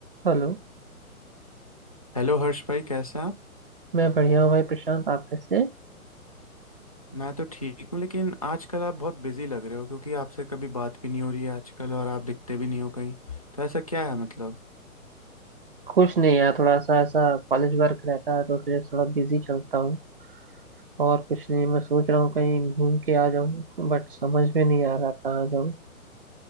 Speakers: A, on the right (about 40°); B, on the left (about 30°).
A: Hello
B: Hello Harsh भाई कैसे हैं आप
A: मैं बढ़िया हूँ भाई प्रशांत आप कैसे हैं?
B: मैं तो ठीक हूँ लेकिन आजकल आप बहुत बिजी लग रहे हो क्योंकि आपसे कभी बात भी नहीं हो रही है आजकल और आप दिखते भी नहीं हो कहीं तो ऐसा क्या है मतलब
A: कुछ नहीं यार थोड़ा सा ऐसा कॉलेज वर्क रहता है तो फिर थोड़ा बिजी चलता हूँ और कुछ नहीं मैं सोच रहा हूँ कहीं घूम के आ जाऊँ बट समझ में नहीं आ रहा कहाँ जाऊँ